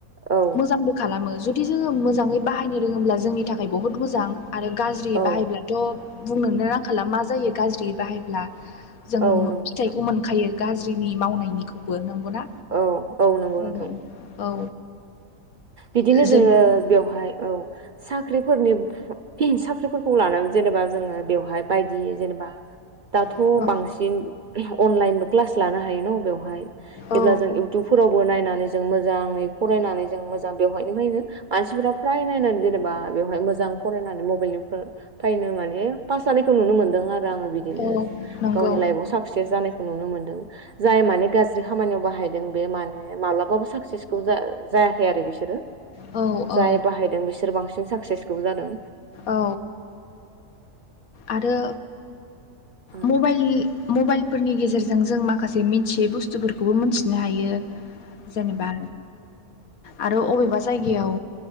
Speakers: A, on the right (about 50°); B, on the left (about 80°).
A: औ
B: मोजांबो खालामो। जुदि जोङो मोजाङै बाहायनो रोङोब्ला जोंनि थाखाय बहुत मोजां आरो गाज्रि
A: औ
B: बाहायब्लाथ'। बुंनोनो रांखाला मा जायो गाज्रि बाहायब्ला जों
A: औ नंगौ
B: फिथाइखौ
A: नोंथां
B: मोनखायो। गाज्रिनि मावनायनिखौबो नांगौ ना
A: औ नंगौ
B: औ
A: नोंथां
B: औ।
A: बिदिनो
B: जेन
A: जोङो बेवहाय औ साख्रिफोरनि साख्रिफोरखौ लानानै। जेनेबा जोङो बेवहाय बायदि जेनेबा दाथ'
B: औ
A: बांसिन। अनलाइन बो क्लास लानो हायो न' बेयावहाय जेब्ला
B: औ
A: जों इउटुबफोरावबो नायनानै जों मोजां। मोजाङै फरायनानै जों मोजां बेवहायनो लायनो मानसिफोरा फ्राय नायनानै जेनेबा बेवहाय मोजां फरायनानै मबाइलनिफ्रायनो। माने फास जानायखौ नुनो मोनदों आरो आं बिदिनो
B: औ नंगौ
A: गावनि लाइफ खौ साखसेज जानायखौ नुनो मोनदों जाय माने गाज्रि खामानियाव बाहायदों बे माने मालाबाबो साखसे जायाखै आरो बिसोर।
B: औ
A: जाय
B: औ
A: बाहायदों बिसोर बांसिन साक्सेसफुल जादों।
B: औ आरो
A: औ नंगौ
B: मबाइलनि मबाइलफोरनि गेजेरजों जों माखासे मिथियै बुस्थुफोरखौबो मिथिनो हायो। जेनेबा आरो अबेबा जायगायाव